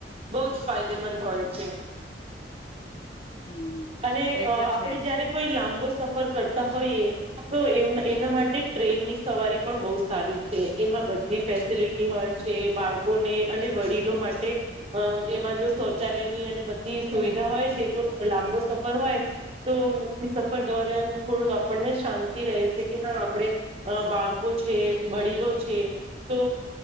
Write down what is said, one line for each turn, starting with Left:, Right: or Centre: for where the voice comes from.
Right: બહુ જ ફાયદેમંદ હોય છે
Left: હમ
Right: અને
Left: એ
Right: આપણેે
Left: તો છે જ
Right: જયારે કોઈ લાંબો સફર કરતા હોઈએ તો એમ એના માટે ટ્રેનની સવારી પણ બહુ સારી છે એમાં બધી ફેસિલિટી હોય બાળકોને અને વડીલો માટે અ એમાં જો શૌચાલયની અને બધી સુવિધ હોય છે તો લાંબો સફર હોય તો સફર દોરિયાન થોડું આપણને શાંતિ રહે છે કે હા આપણે એ બાળકો છે વડીલો છે તો